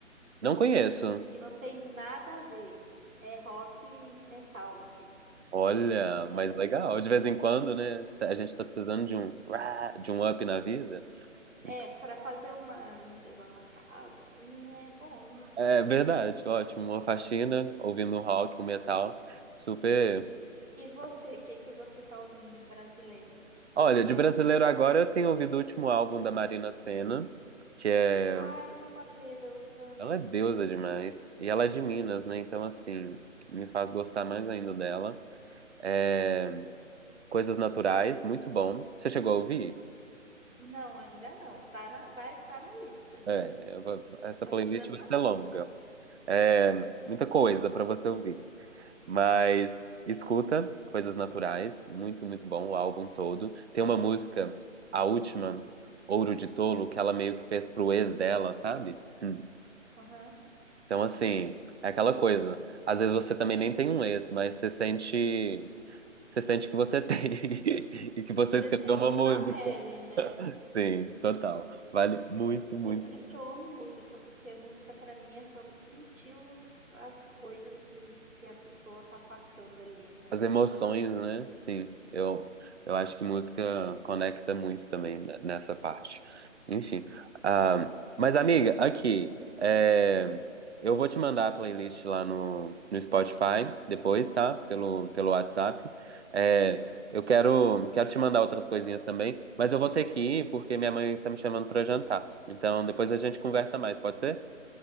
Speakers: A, on the right (about 55°); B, on the right (about 85°).
A: não conheço.
B: que não tem nada a ver. É rock e metal, assim.
A: Olha, mas
B: Angra.
A: legal, de vez em quando, né? A gente tá precisando de um, rá, de um up na vida.
B: É,
A: Então,
B: pra fazer uma limpeza na casa, assim, né? É bom.
A: é verdade, ótimo, uma faxina, ouvindo um rock, um metal, super.
B: E você, o que que você tá ouvindo de brasileiro
A: Olha,
B: ultimamente?
A: de brasileiro agora eu tenho ouvido o último álbum da Marina Sena, que é.
B: Ai, ela é uma deusa.
A: Ela é deusa demais. E ela é de Minas, né? Então, assim, me faz gostar mais ainda dela. É, Coisas Naturais, muito bom. Você chegou a ouvir?
B: Não, ainda não. Tá na, vai, tá na lista.
A: É, eu vou- essa
B: Tá
A: playlist
B: entrando
A: vai
B: na
A: ser
B: lista.
A: longa. É, muita coisa pra você ouvir. Mas escuta Coisas Naturais, muito, muito bom, o álbum todo. Tem uma música, a última, Ouro de Tolo, que ela meio que fez pro ex dela, sabe? Hum.
B: Aham.
A: Então, assim, é aquela coisa. Às vezes você também nem tem um ex, mas você sente, você sente que você tem <laughs> e que você
B: Você
A: escreveu
B: sente
A: uma música.
B: na pele, né?
A: Sim, total. Vale muito, muito.
B: É por isso que eu amo música, porque música pra mim é sobre sentir os- as coisas que, que a pessoa tá passando ali, né?
A: As emoções, né? Sim, eu, eu acho que música conecta muito também ne- nessa parte. Enfim. ah, mas, amiga, aqui, é, eu vou te mandar a playlist lá no, no Spotify depois, tá? Pelo, pelo WhatsApp. É, eu quero, quero te mandar outras coisinhas também, mas eu vou ter que ir porque minha mãe tá me chamando pra jantar. Então, depois a gente conversa mais, pode ser?